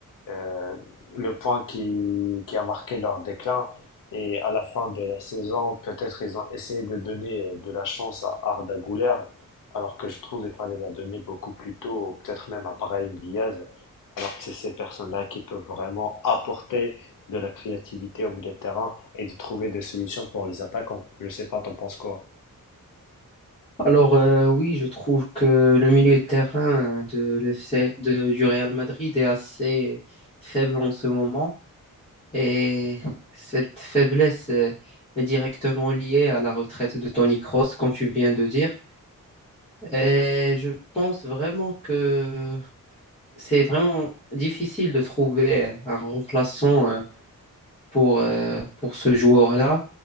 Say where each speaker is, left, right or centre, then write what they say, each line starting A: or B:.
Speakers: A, on the left (about 70°); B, on the left (about 15°).
A: euh, le point qui, qui a marqué leur déclin. Et à la fin de la saison, peut-être ils ont essayé de donner euh, de la chance à Arda Güler, alors que je trouve qu'il fallait la donner beaucoup plus tôt, ou peut-être même à Brahim Diaz, alors que c'est ces personnes-là qui peuvent vraiment apporter de la créativité au milieu de terrain et de trouver des solutions pour les attaquants. Je sais pas, t'en penses quoi?
B: Alors euh, oui, je trouve que le milieu de terrain euh, de l'FC de, du Real Madrid est assez faible en ce moment et cette faiblesse euh, est directement liée à la retraite de Toni Kroos, comme tu viens de dire. Et je pense vraiment que c'est vraiment difficile de trouver un remplaçant euh, pour, euh, pour ce joueur-là,